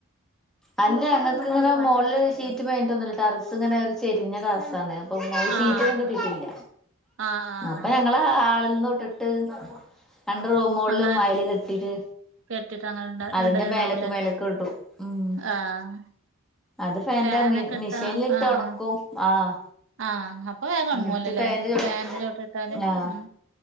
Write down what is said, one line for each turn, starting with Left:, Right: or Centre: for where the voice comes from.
Centre: അല്ല ഞങ്ങ ക്ക് ഇങ്ങനെ മോള്ള്ഷീറ്റ് മേഞ്ഞിട്ടൊന്നൂല്ല ടറസ് ഇങ്ങനെ ഒരു ചെരിഞ്ഞ ടറസാണ് അപ്പൊ
Right: ആഹ്
Centre: സീറ്റന്നും
Right: അപ്പ
Centre: കെട്ടിട്ടില്ല
Right: ആഹ് ആഹ്
Centre: അപ്പൊ ഞങ്ങൾ ഹാളിന്ന്തൊ ട്ടിട്ട് രണ്ട് റൂമോള്ളും
Right: അങ്ങനെ
Centre: അയ്ൽ കെട്ടീട്ട്
Right: കെട്ടിട്ട് അങ്ങനെ
Centre: അതിന്റെ
Right: ഇടല് ഇണ്ടാവൂല്ലേ
Centre: മേലക്ക് മേലക്ക് ഇടും ഉം
Right: ആഹ്
Centre: അത് ഫാന്റെ
Right: ഫാനൊക്കെ ഇട്ടാ
Centre: മിഷിൻട്ട്
Right: ആഹ്
Centre: ഉണക്കും ആഹ്
Right: ആഹ് അപ്പൊ വേഗം
Centre: എന്നിട്ട്
Right: ഉണങ്ങുവല്ലോല്ലേ
Centre: ഫാന്റെ ചോട്ടിൽ
Right: ഫാൻന്റെ ചോട്ടി ഇട്ടാല്
Centre: ആഹ്
Right: ഉ